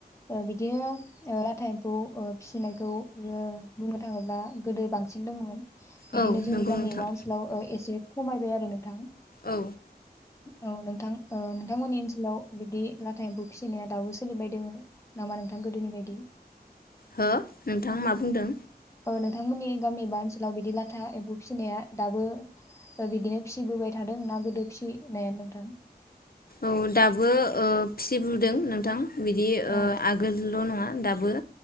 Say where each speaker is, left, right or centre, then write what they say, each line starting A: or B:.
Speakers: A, on the left; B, on the left.
A: ओ बिदिनो ओ लाथा एम्फौ ओ फिसिनायखौ ओ बुंनो थाङोब्ला गोदो बांसिन दोङोमोन बिदिनो
B: औ
A: जोंनि
B: नंगौ
A: गामि
B: नोंथां
A: एबा ओनसोलाव ओ एसे खमायबाय आ नोंथां
B: औ
A: औ नोंथां ओ नोंथांमोननि ओनसोलाव बिदि लाथा एम्फौ फिसिनाया दाबो सोलिबाय दोङो नामा नोंथां गोदोनि बायदि?
B: हो नोंथां मा बुंदों?
A: औ नोंथांमोननि गामि बा ओनसोलाव बिदि लाथा एम्फौ फिसिनाया दाबो ओ बिदिनो फिसिबोबाय थादों ना गोदो फिसिनायानो नोंथां?
B: औ दाबो ओ फिसि बुदों नोंथां। बिदि
A: औ
B: ओ आगोलल' नङा। दाबो